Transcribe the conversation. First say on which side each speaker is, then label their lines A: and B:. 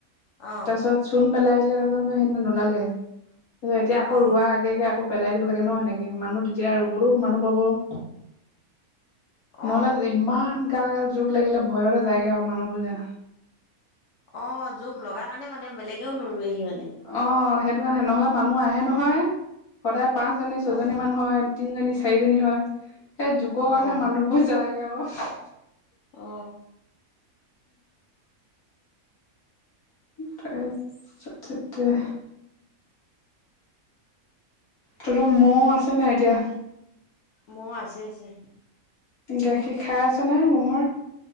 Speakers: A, on the left (about 60°); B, on the left (about 75°).
A: অ
B: তাৰপিছত চূণ পেলাই আহিলে তাৰপিছত সেইদিনা নোলালে তাৰছত এতিয়া আকৌ
A: অ
B: ৰোৱা আগে আগে আকৌ পেলাই দিব লাগে ন সেনেকে মানুহ তেতিয়া ৰুবলো মানুহ পাব। নহ'লে
A: অ
B: ইমান গাল গাল জোক লাগিলে ভয়তে জায়গে ক মানুহবোৰ যে।
A: অ জোক লগা কাৰণে মানে বেলেগেও নোৰোৱেহি মানে।
B: অ সেইটো কাৰণে নহলে মানুহ আহে নহয় সদায় পাঁচজনী
A: অ',
B: ছয়জনী মান হয়। তিনজনী চাৰিজনী হয় সেই জোকৰ
A: অ',
B: কাৰণে মানুহবোৰ যায়গে ক।
A: অ।
B: তাৰছত সেইটোৱে তহত মও আছে নাই এতিয়া
A: মহ আছে আছে।
B: গাখীৰ খাই আছ না ম'হৰ।